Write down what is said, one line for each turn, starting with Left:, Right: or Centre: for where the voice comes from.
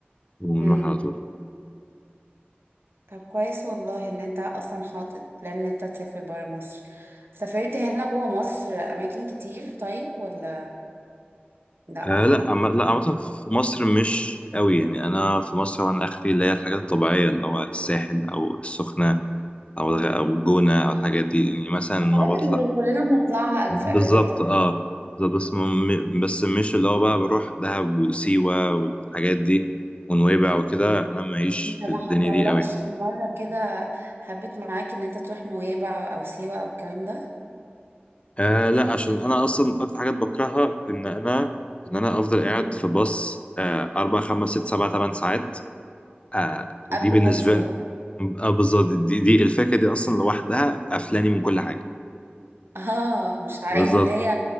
Left: ونروح
Right: هم
Left: على طول
Right: طب كويس والله ان انت اصلا حاطط بلان ان انت تسافر برا مصر سافرت هنا جوه مصر اماكن كتير طيب ولا لا
Left: آه لا عم... لا عامة في مصر مش قوي يعني أنا في مصر وأنا آخري اللي هي الحاجات الطبيعية اللي هو الساحل أو السخنة أو الغ... أو الجونة أو الحاجات دي يعني مثلا ما
Right: الحاجات
Left: بطلع
Right: اللي كلنا بنطلعها
Left: بالظبط
Right: في اجازات يعني.
Left: أه بالظبط بس م... بس مش اللي هو بقى بروح دهب وسيوة والحاجات دي ونويبع وكده أنا ماليش
Right: انت ما
Left: في الدنيا
Right: حصلكش
Left: دي قوي
Right: مره كده هبت معاك ان انت تروح نويبع او سيوه او الكلام ده
Left: آه لا عشان أنا أصلا أكتر حاجات بكرهها إن أنا إن أنا أفضل قاعد
Right: مم.
Left: في باص آه أربع خمس ست سبع تمن ساعات آه دي
Right: قبل
Left: بالنسبة
Right: ما تشوف
Left: لي آه بالظبط دي, دي الفاكهة دي أصلا لوحدها قفلاني من كل حاجة
Right: اه مش عايز
Left: بالظبط
Right: اللي هي